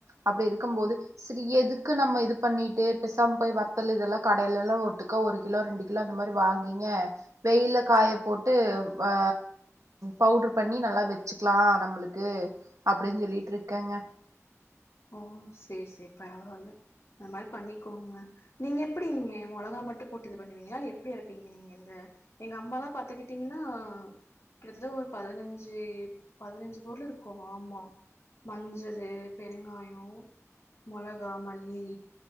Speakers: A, on the right (about 75°); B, on the left (about 60°).
A: அப்டி இருக்கும் போது சரி எதுக்கு நம்ம இது பண்ணிட்டு பெசாம போய் வத்தலு இதல்லா கடேல எல்லா ஒட்டுக்க ஒரு கிலோ ரெண்டு கி லோ அந்த மாரி வாங்கிங்க வெயில்ல காய போட்டு ஆ பவ்ட்ரு பண்ணி நல்லா வச்சுக்கலா நம்மளுக் கு அப்டின் சொல்லிட் இருக்கேங்க
B: ஓ சேர் சேர் பரவால்ல அந்த மாரி பண்ணிக்கோங்க நீங்க எப்டி நீங்க மொளகா மட்டு போட்டு இது பண்ணுவீங்களால இல்ல எப்டி அரப்பீங்க நீங்க இந்த எங்க அம்மாலா பாத்துக்கிட்டீங்ன்னா கிட்டத்தட்ட ஒரு பதனஞ்சு பதனஞ்சு பொருள் இருக்கு ஆமா மஞ்சளு பெருங்காயோ மொளகா மல்லி